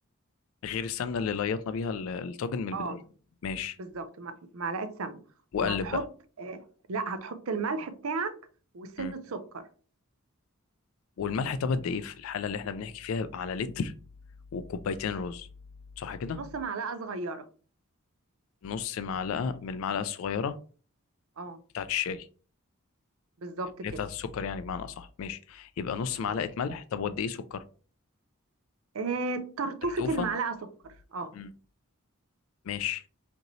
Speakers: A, on the left; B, on the right.
A: غير السمنه اللي ليطنا بيها ال- الطاجن من البدايه
B: اه
A: ماشي
B: بالظبط مع- معلقه سمنه
A: وقلب
B: وهتحط
A: بقى
B: آه لا هتحط الملح بتاعك وسنه
A: مم.
B: سكر
A: والملح طب قد ايه في الحاله اللي احنا بنحكي فيها على لتر وكوبايتين رز صح كده
B: نص معلقه صغيره
A: نص معلقه من المعلقه الصغيره
B: اه
A: بتاعه الشاي
B: بالظبط
A: اللي
B: كده
A: هي بتاعه السكر يعني بمعنى اصح ماشي يبقى نص معلقه
B: ماشي
A: ملح طب وقد ايه سكر
B: آه طرطوفه
A: تنتوفه
B: المعلقه سكر اه
A: مم. ماشي